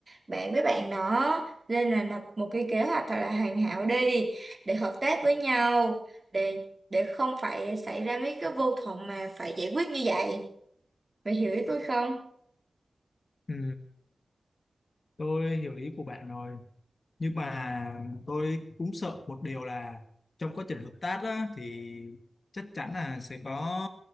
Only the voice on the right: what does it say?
bạn với bạn đó nên là lập một cái kế hoạch thật là hoàn hảo đi để hợp tác với nhau để để không phải xảy ra mấy cái mâu thuẫn mà phải giải quyết như vậy bạn hiểu ý tôi không